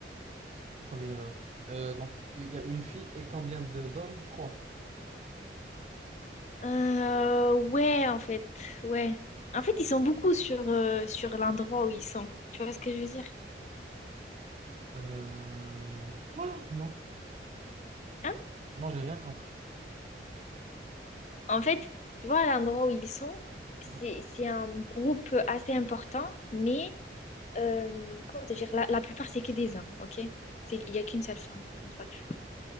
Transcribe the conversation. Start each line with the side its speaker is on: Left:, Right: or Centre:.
Right: Pourquoi il y en a- Euh, donc il y a une fille et combien de d'hommes? Trois.
Left: Euh, ouais, en fait, ouais. En fait,
Right: Voilà.
Left: ils sont beaucoup sur, euh, sur l'endroit où ils sont. Tu vois ce que je veux dire?
Right: Euh, voilà, non.
Left: Hein
Right: Non, j'ai rien compris.
Left: En fait, tu vois, à l'endroit où ils sont, c'est,
Right: Voilà.
Left: c'est un groupe assez important, mais euh, comment te dire, la, la plupart, c'est que des hommes, ok? C'est, il n'y a qu'une seule femme, comme ça, tu